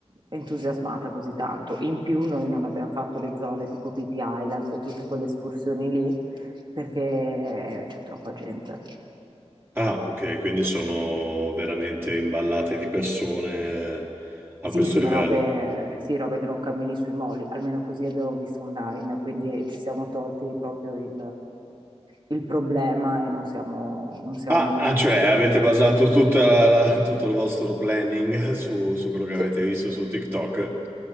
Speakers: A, on the right; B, on the right.
A: entusiasmata così tanto. In più noi non abbiamo fatto le zone tipo Pippi Island, tutte quelle escursioni lì, perché c'è troppa gente.
B: Ah, ok, quindi sono veramente imballate di persone eh, a
A: Sì,
B: questo
A: sì,
B: livello.
A: ma robe, sì, robe che non cammini sui moli, almeno così abbiamo visto online, quindi ci siamo tolti proprio il, il problema e non siamo, non siamo
B: Ah,
A: nemmeno
B: ah,
A: andati.
B: cioè avete basato tutta la- tutto il vostro planning <laughs> su, su quello che
A: Sì.
B: avete visto su TikTok?